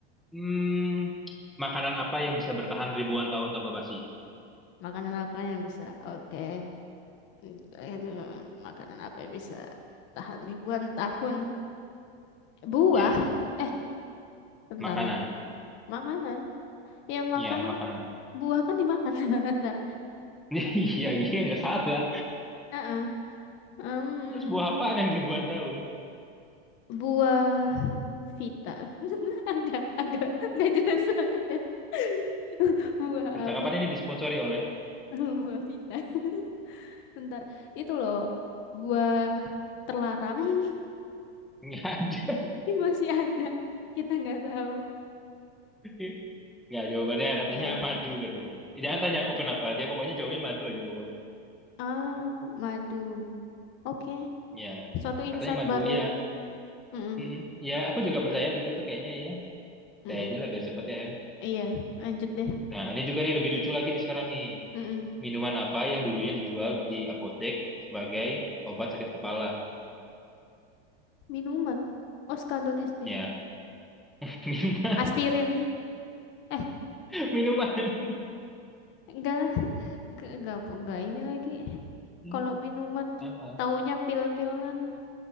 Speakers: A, in the centre; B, on the left (about 40°).
A: hmm, makanan apa yang bisa bertahan ribuan tahun tanpa basi?
B: Makanan apa yang bisa? Oke. Hmm, Itu makanan apa yang bisa tahan ribuan tahun? Buah.
A: Ya
B: Eh, bentar
A: makanan,
B: ya. Makanan. Ya
A: ya
B: makanan
A: makanan.
B: buah kan dimakan. <laughs> Bentar.
A: <laughs> Iya iya nggak salah.
B: Heeh. Em,
A: Terus buah apaan yang ribuan tahun?
B: buah Vita. <laughs> Agak agak nggak jelas banget ya. <laughs> Buah
A: Percakapan
B: apa?
A: ini disponsori oleh
B: <laughs> Buah Vita. <laughs> Bentar. Itu loh buah terlarang. <laughs>
A: nggak ada.
B: Ini masih ada. Kita nggak tahu.
A: <laughs> Nggak, jawabannya katanya
B: Ya.
A: madu katanya. Eh, Jangan tanya aku kenapa, dia pokoknya jawabnya madu aja pokoknya.
B: Ah, madu. Oke.
A: Ya,
B: Suatu insight
A: katanya madu,
B: baru.
A: iya.
B: Mm-mm.
A: Mm-mm. Ya, aku juga percaya juga itu kayaknya ya. Saya
B: Mm-mm.
A: aja lah biar cepet ya. enak.
B: Iya, lanjut deh.
A: Nah, ini juga nih lebih lucu lagi nih sekarang nih.
B: Mm-mm.
A: Minuman apa yang dulunya dijual di apotek sebagai obat sakit kepala?
B: Minuman. Oskadon SP.
A: Ya, <laughs> minuman,
B: <laughs> Aspirin. Eh,
A: minuman.
B: enggak. Enggak, enggak, enggak ini lagi.
A: Hmm,
B: Kalau minuman,
A: Apa?
B: taunya pil-pilan.